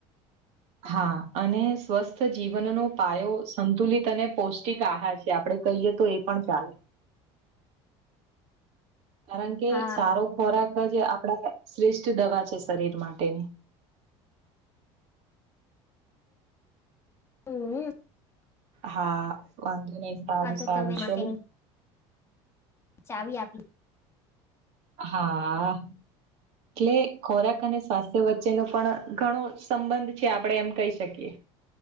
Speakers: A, on the right (about 60°); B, on the left (about 20°).
A: <inaudible> હા અને સ્વસ્થ જીવનનો પાયો સંતુલિત અને પૌષ્ટિક આહાર છે આપણે કહીએ તો એ પણ ચાલે. કારણ કે
B: હા
A: સારો ખોરાક જ આપડા શ્રેષ્ઠ દવા છે શરીર માટે.
B: હમ.
A: હા વાંધો નહી સારું
B: આ તો
A: સારું
B: તમે માટેની
A: ચલો.
B: ચાવી આપી.
A: હા એટલે ખોરાક અને સ્વાસ્થ્ય વચ્ચેનો પણ ઘણો સંબંધ છે, આપણેે એમ કહી શકીએ